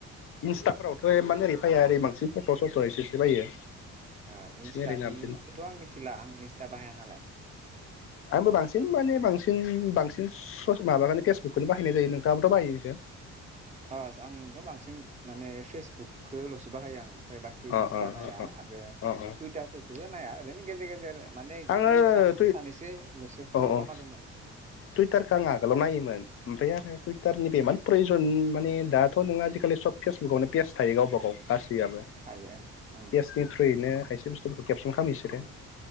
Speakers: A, on the left (about 45°); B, on the right (about 25°).
A: इन्स्टाफोरावथ' एमान ओरै फैया ओरै बांसिन फट' सथ' एसेसो फायो
B: ओ इन्स्टानिखौथ'
A: ओरै बिदिनो
B: आं मिथिला आं इन्स्टा बाहाया नालाय
A: आंबो बांसिन माने
B: आं
A: बांसिन बांसिन माबाखौनो फेसबुकखौनो बाहायनाय जायो नोंथाङाबोथ' बाहायो। खो
B: ओस आंथ' बांसिन माने फेसबुकखल'सो बाहायो आं। ओमफ्राय बाखि
A: अ
B: इनस्टा
A: अ
B: नाया
A: अ
B: आरो
A: अ अ
B: टुइटार फोरखौबो नाया। बिनो गेजेर गेजेर माने
A: आङो
B: ऐ सानैसोल'सो
A: औ
B: फल'
A: औ
B: खालामनानै दनदं
A: टुइटारखौ आं आगोलाव नायोमोन ओमफ्राय आरो टुइटारनिबो एमान जन माने दाथ' नोङो आजिखालि सब फेसबुकावनो पेज थायो गावबा गाव गास याबो
B: थायो ओं उम
A: पेसनि थ्रुयैनो खायसे बुस्थुफोरखौ केबसन खालामो बिसोरो
B: उम